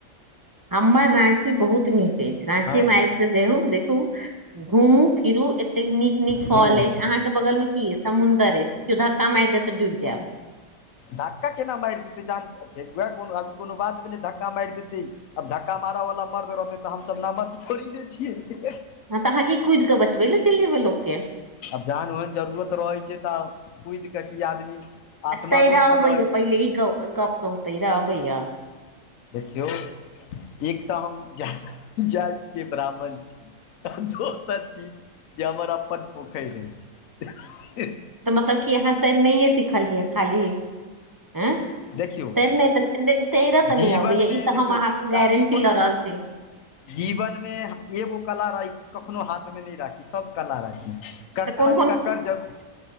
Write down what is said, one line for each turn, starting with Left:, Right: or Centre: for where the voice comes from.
Right: हमर राची बहुत नीक छैय राँची
Left: हँ
Right: में आबेयक देखू देखू घूमू फिरू एतेक नीक नीक फॉल
Left: हँ
Right: अछि अहाँ के बगल मे की अछि। समुंदर अछि कयौ धका मारि देत तऽ डूईब जायब।
Left: धक्का केना मारि देतै जान फेर उएह को अभी कोनो बात भेलै धक्का मारि देतै। आब धक्का मारऽ वालला मर्द रहतै तऽ हम सब नमर्द थोड़ी न छियै।
Right: ँ तऽ कि कुईद कऽ छैल जैबै बचबै लेल लोकके।
Left: आब जान ओहन जरूरत रहै छैय तऽ कुईद कऽ की आदमी आसमानो
Right: आ तैर आबेय
Left: पर रहै छै
Right: पहिले इ कह गप कहूं तैर आबेय।
Left: देखियौ एक तऽ हम जाति के ब्राह्मण छी दोसर चीज जे हमर अपन पोखै अछि
Right: तऽ मतलब कि अहाँ तैरनइए सिखलियै खाली आय।
Left: देखियौ
Right: तैयब तऽ
Left: जीवनमे
Right: नहि अबैया ई तऽ
Left: देखियौ
Right: हम अहाँके गारंटी
Left: आब ई कोनो
Right: लऽ रहल छी।
Left: जीवनमे एगो कला नहीं राखी सब कखी सब कला राखी। कखन
Right: तऽ कोन
Left: ककर जरूर